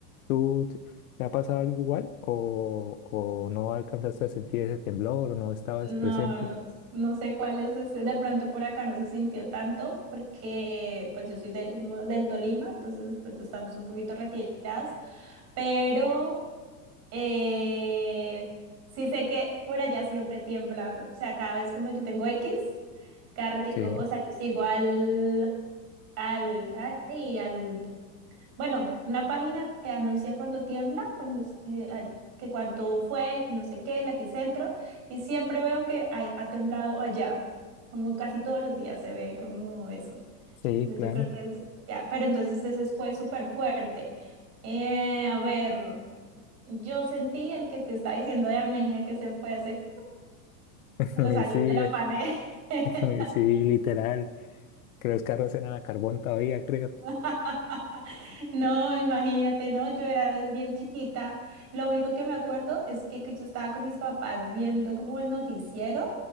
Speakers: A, on the left (about 55°); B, on the right (about 30°).
A: ¿Tú te te ha pasado algo igual o, o no alcanzaste a sentir ese temblor o no estabas
B: No,
A: presente?
B: no, no sé cuál es ese. De pronto por acá no se sintió tanto porque pues yo soy de- como del Tolima, entonces de pronto estamos un poquito retirados, pero eh, sí sé que por allá siempre tiembla, o sea, cada vez como yo tengo X, cada ratico,
A: Sí.
B: o sea, yo sigo al, al, ay, al bueno, una página que anuncia cuando tiembla, cuando es- eh, a- que cuánto fue, no sé qué, el epicentro, y siempre veo que ha, ha temblado allá, como casi todos los días se ve como eso.
A: Sí,
B: Entonces
A: claro.
B: yo creo que es ya, pero entonces ese fue súper fuerte. Eh, a ver, yo sentí el que te está diciendo de Armenia que se fue hace
A: <laughs>
B: en los años
A: Y Sí, eh,
B: de la pane. <laughs>
A: <laughs> sí, literal. Que los carros eran a carbón todavía, creo.
B: <laughs> No, imagínate, no, yo era bien chiquita. Lo único que me acuerdo es que, que yo estaba con mis papás viendo como el noticiero